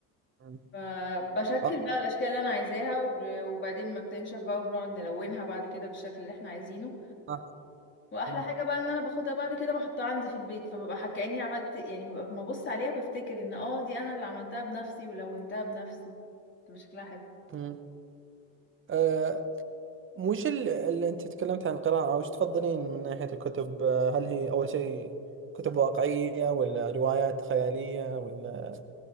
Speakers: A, on the right; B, on the left.
A: مم.
B: فبشكل
A: آه،
B: بقى الاشكال اللي انا عايزاها وب- وبعدين ما بتنشف بقى وبنقعد نلونها بعد كده بالشكل اللي احنا عايزينه
A: آه،
B: واحلى
A: مم،
B: حاجه بقى ان انا باخدها بعد كده بحطها عندي في البيت فببقى حك- كاني عملت يعني ببقى لما ابص عليها بفتكر ان اه دي انا اللي عملتها بنفسي ولونتها بنفسي بتبقى شكلها حلو
A: مم. آه، وش ال- اللي انت تكلمت عن القراءة وش تفضلين من ناحية الكتب آه، هل هي اول شيء كتب واقعية ولا روايات خيالية ولا